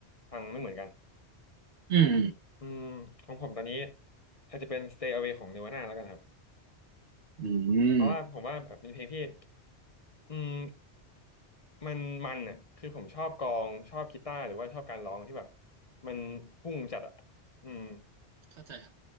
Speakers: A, on the left; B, on the right.
A: ฟังไม่เหมือนกัน
B: อืม
A: อืมของผมตอนนี้อาจจะเป็น Stay Away ของ Nirvana แล้วกันครับ
B: อืม
A: เพราะว่าผมว่าแบบเป็นเพลงที่อืมมันมันอ่ะคือผมชอบกลองชอบกีตาร์หรือว่าชอบการร้องที่แบบมันพุ่งจัดอ่ะอืม
B: เข้าใจครับ